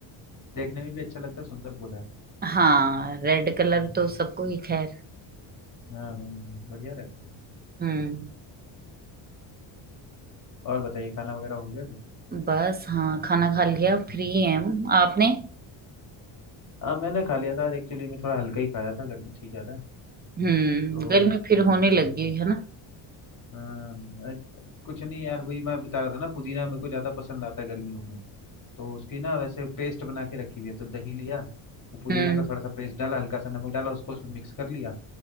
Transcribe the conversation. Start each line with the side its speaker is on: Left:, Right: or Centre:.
Left: देखने में भी अच्छा लगता है सुंदर पौधा है
Right: हाँ रेड कलर
Left: हम्म,
Right: तो सबको ही खैर
Left: हाँ हाँ हाँ, बढ़िया रहता है ये।
Right: हम्म
Left: और बताइए खाना वगैरह हो गया सब
Right: बस हाँ खाना खा लिया फ्री है हम आपने
Left: हाँ मैंने खा लिया था आज एक्चुअली मैं थोड़ा हल्का ही खाया था गर्मी थी ज़्यादा
Right: हम्म
Left: तो
Right: गर्मी फिर होने
Left: इसी वजह
Right: लगी
Left: से
Right: है ना
Left: हाँ एक- कुछ नहीं यार वही मैं बता रहा था ना पुदीना मेरे को ज़्यादा पसंद आता है गर्मियों में तो उसकी ना वैसे पेस्ट बना के रखी हुई है तो दही लिया वो पुदीना
Right: हम्म
Left: का थोड़ा सा पेस्ट डाला हल्का सा नमक डाला उसको उसमें मिक्स कर लिया